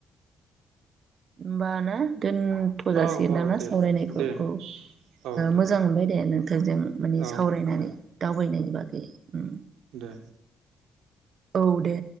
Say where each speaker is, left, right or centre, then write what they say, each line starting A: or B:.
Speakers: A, on the right; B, on the right.
A: होनबाना। दोनथ' जासिग
B: औ औ
A: नामा
B: दे
A: सावरायनायखौ
B: दे
A: औ
B: औ दे
A: मोजां मोनबाय दे नोंथांजों माने
B: औ
A: सावरायनानै
B: दे
A: दावबायनायनि बागै ओम।
B: दे
A: औ दे।